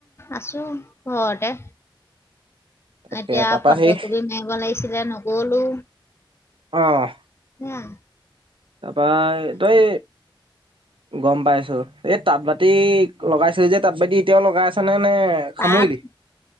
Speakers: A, on the left (about 30°); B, on the right (about 75°).
A: আছো ঘৰতে।
B: তাকে
A: এতিয়া
B: তাৰপা
A: ফটো
B: সেই
A: কপি মাৰিব লাগিছিলে নগলো।
B: আহ।
A: উম।
B: তাৰপৰা তই। গম পাইছো এই তাঁত বাতি লগাইছিলি যে তাঁত বাতি এতিয়াও লগাই আছে নে? নে
A: তাঁত
B: সামৰিলি?